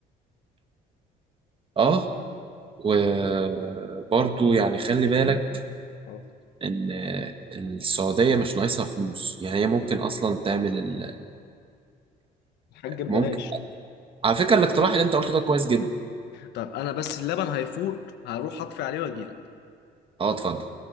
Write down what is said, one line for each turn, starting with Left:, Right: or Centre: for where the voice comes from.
Right: اه وبرضو يعني خلي بالك
Left: اه
Right: ان السعوديه مش ناقصها فلوس يعني هي ممكن اصلا تعمل ال...
Left: الحج ببلاش
Right: ممكن على فكره الاقتراح اللي انت قلته ده كويس جدا
Left: طب انا بس اللبن هيفوت هروح اطفي عليه واجيلك
Right: اه اتفضل